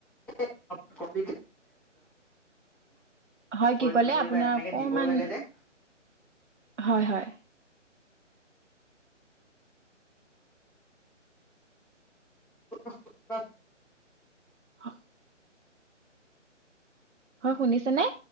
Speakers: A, in the centre; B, on the right (about 65°).
A: <unintelligible> পকৰি
B: হয় কি ক'লে
A: চকৰি
B: আপোনাৰ
A: বা এনেকে
B: অকমান
A: দিবও লাগে যে।
B: হয় হয়।
A: <unintelligible>
B: <inaudible> হয় শুনিছে নে?